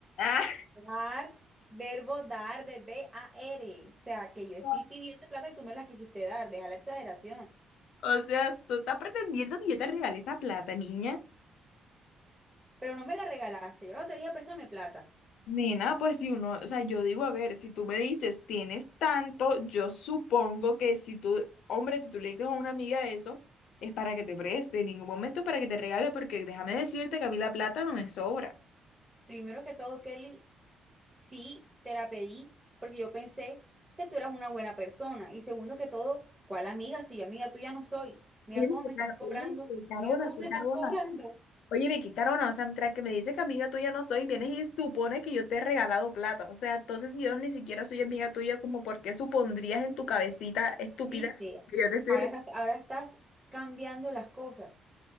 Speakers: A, on the left (about 80°); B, on the right (about 15°).
A: <laughs>
B: Dar, verbo dar de D-A-R. O sea, que yo estoy
A: Ah.
B: pidiendo plata y tú me la quisiste dar. Deja la exageración.
A: O sea, tú estás pretendiendo que yo te regale esa plata, niña.
B: Pero no me la regalaste. Yo no te dije, préstame plata.
A: Nena, pues si uno, o sea, yo digo, a ver, si tú me dices tienes tanto, yo supongo que si tú, hombre, si tú le dices a una amiga eso, es para que te preste, en ningún momento para que te regale, porque déjame decirte que a mí la plata no me sobra.
B: Primero que todo, Kelly, sí te la pedí porque yo pensé que tú eras una buena persona. Y segundo que todo, ¿cuál amiga? Si yo amiga tuya no soy. Mira
A: Oye,
B: cómo
A: qué
B: me estás
A: car-
B: cobrando.
A: oye, qué carona,
B: Mira cómo
A: qué
B: me
A: carona.
B: estás cobrando.
A: Oye, Vicky Carona, o sea, mientras que me dices que amiga tuya no soy, vienes y supones que yo te he regalado plata. O sea, entonces si yo ni siquiera soy amiga tuya, como por qué supondrías en tu cabecita estúpida
B: ¿Viste?
A: que yo te estoy
B: Ahora
A: re-
B: estás, ahora estás cambiando las cosas.